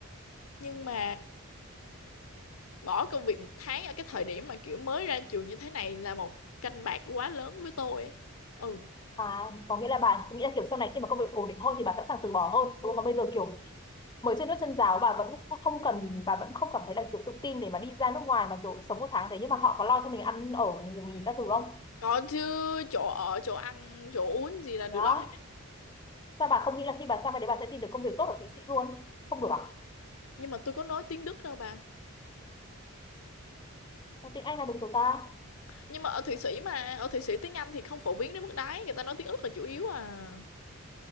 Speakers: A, on the left; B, on the left.
A: Nhưng mà bỏ công việc một tháng ở cái thời điểm mà kiểu mới ra trường như thế này là một canh bạc quá lớn với tôi ấy. ừ
B: à có nghĩa là bà nghĩ là kiểu sau này khi mà công việc ổn định hơn thì bà sẵn sàng từ bỏ hơn đúng không? Còn bây giờ kiểu mới chân nước chân giáo bà vẫn không cần bà vẫn không cảm thấy là kiểu tự tin để mà đi ra nước ngoài mà kiểu sống một tháng thế nhưng mà họ có lo cho mình ăn ở ngủ nghỉ các thứ không
A: còn chứ chỗ ở chỗ ăn chỗ uống gì là được
B: đó
A: lo hết.
B: sao bà không nghĩ là khi bà sang bên đấy bà sẽ tìm được công việc tốt ở Thụy Sĩ luôn không được à
A: nhưng mà tôi có nói tiếng Đức đâu bà
B: tiếng Anh là đúng rồi ta
A: nhưng mà ở Thụy Sĩ mà ở Thụy Sĩ tiếng Anh thì không phổ biến đến mức đấy người ta nói tiếng Đức là chủ yếu à